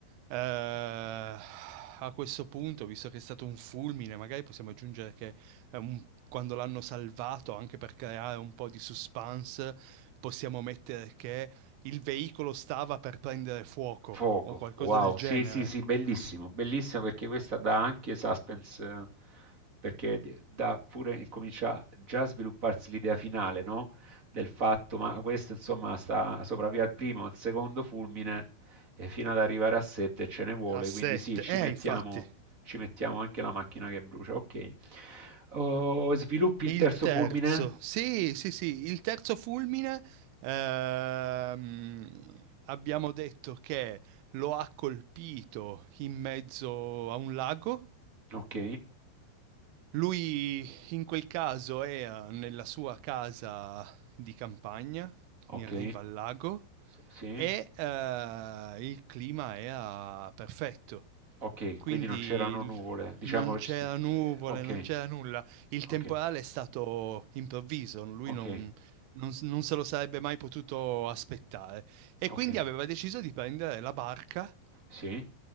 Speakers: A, on the right; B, on the right.
A: eh, a questo punto, visto che è stato un fulmine, magari possiamo aggiungere che è un- quando l'hanno salvato, anche per creare un po' di suspense, possiamo mettere che il veicolo stava per prendere fuoco
B: Fuoco,
A: o qualcosa
B: wow,
A: del genere.
B: sì, sì, sì, bellissimo, bellissimo perché questa dà anche suspense, eh, perché d- dà pure, comincia già a svilupparsi l'idea finale, no? Del fatto, ma questo insomma sta sopravvive al primo, al secondo fulmine, e fino ad arrivare a sette ce ne vuole,
A: A 7,
B: quindi sì, ci
A: eh,
B: mettiamo,
A: infatti,
B: ci mettiamo anche la macchina che brucia, ok. Oh, sviluppi il
A: il
B: terzo
A: terzo,
B: fulmine?
A: sì, sì, sì, il terzo fulmine, ehm, abbiamo detto che lo ha colpito in mezzo a un lago.
B: Ok,
A: Lui in quel caso era nella sua casa di campagna,
B: ok,
A: in riva al lago,
B: s- sì,
A: e eh, il clima era perfetto.
B: ok,
A: Quindi
B: quindi non c'erano
A: il-
B: nuvole, diciamo,
A: non c'era
B: ci si-
A: nuvole,
B: Okay,
A: non c'era nulla. Il
B: okay,
A: temporale è stato improvviso, lui
B: okay,
A: non, non s- non se lo sarebbe mai potuto aspettare. E
B: okay.
A: quindi aveva deciso di prendere la barca
B: Sì,